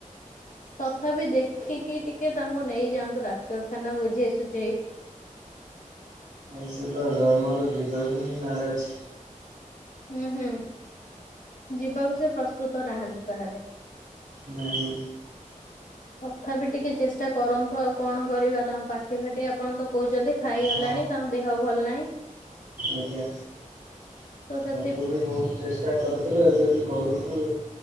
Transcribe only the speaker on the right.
ସେ ତ ଜମାରୁ ଯିବାକୁ ବି ନାରାଜ।
ନାହିଁ।
ହଁ
ଆଜ୍ଞା।
ଆଗରୁ ବି ବହୁତ ଚେଷ୍ଟା କରୁଥିଲୁ ଏବେ ବି କରୁୁ ଚୁ